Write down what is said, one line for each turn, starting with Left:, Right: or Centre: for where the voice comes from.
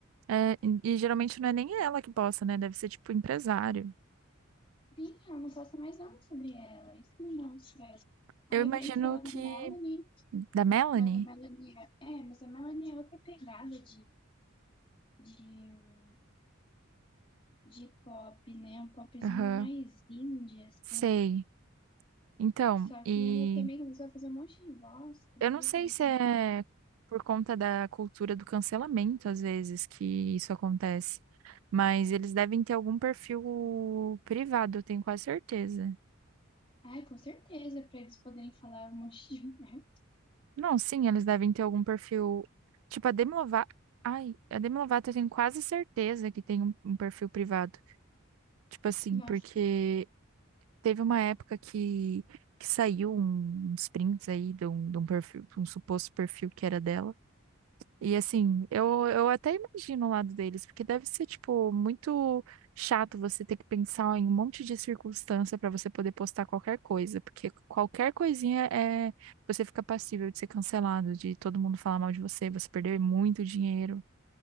Right: É, e e geralmente não é nem ela que posta, né? Deve ser tipo empresário.
Left: Sim, ela não posta mais nada sobre ela. Isso que me dá um estresse.
Right: Eu
Left: Aí
Right: imagino
Left: eu virei fã
Right: que.
Left: da Melanie,
Right: Da Melanie?
Left: mas a Melanie é, é, mas a Melanie é outra pegada de, de, de pop, né? Um popzinho
Right: Aham.
Left: mais indie, assim.
Right: Sei. Então,
Left: Só
Right: e.
Left: que ela também começou a fazer um monte de voz, que
Right: Eu
Left: daí
Right: não sei
Left: eu já parei
Right: se
Left: também
Right: é
Left: de
Right: por conta da cultura do cancelamento, às vezes, que isso acontece. Mas eles devem ter algum perfil privado, eu tenho quase certeza.
Left: Ai, com certeza, para eles poderem falar um monte de <laughs> merda.
Right: Não, sim, eles devem ter algum perfil. Tipo, a Demi Lovato. Ai, a Demi Lovato eu tenho quase certeza que tem um, um perfil privado. Tipo assim,
Left: Nossa.
Right: porque teve uma época que, que saiu um- uns prints aí de um, de um perfil, um suposto perfil que era dela. E assim, eu, eu até imagino o lado deles, porque deve ser, tipo, muito chato você ter que pensar em um monte de circunstância para você poder postar qualquer coisa, porque qualquer coisinha é você fica passível de ser cancelado, de todo mundo falar mal de você, você perder muito dinheiro,